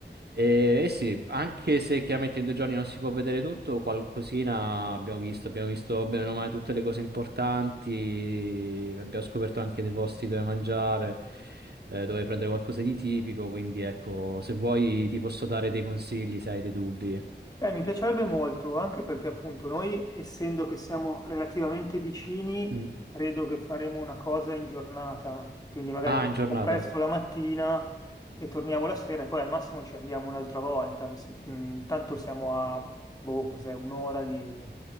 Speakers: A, on the right; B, on the left.
A: E, eh sì, anche se chiaramente in due giorni non si può vedere tutto, qualcosina abbiamo visto. Abbiamo visto bene o male tutte le cose importanti, abbiamo scoperto anche dei posti dove mangiare, eh, dove prendere qualcosa di tipico. Quindi ecco, se vuoi ti posso dare dei consigli, se hai dei dubbi.
B: Eh, mi piacerebbe molto, anche perché appunto noi, essendo che siamo relativamente vicini,
A: Mm.
B: credo che faremo una cosa in giornata, quindi magari
A: Ah,
B: partiamo
A: in giornata.
B: presto la mattina e torniamo la sera e poi al massimo ci andiamo un'altra volta. Mi se- mm, Tanto siamo a, boh, cos'è, un'ora di,